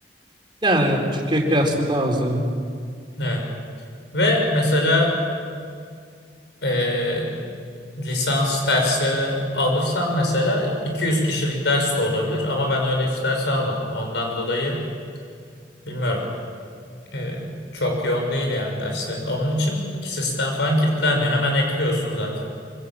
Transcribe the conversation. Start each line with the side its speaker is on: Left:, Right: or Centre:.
Right: Yani Türkiye kıyaslı daha az evet.
Left: Evet. Ve mesela e, lisans dersleri alırsan mesela 200 kişilik ders de olabilir ama ben öyle hiç ders almadım. Ondan dolayı bilmiyorum. Ee, çok yoğun değil yani derslerin. Onun için ki sistem falan kilitlenmiyor. Hemen ekliyorsun zaten.